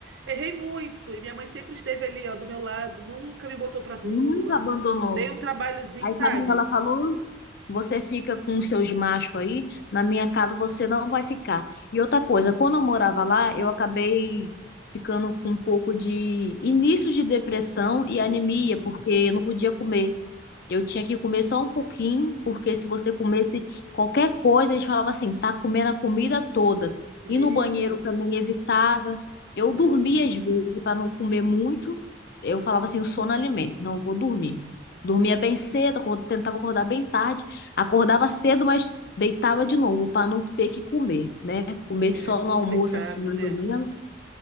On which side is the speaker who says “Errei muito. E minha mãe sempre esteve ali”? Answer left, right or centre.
Right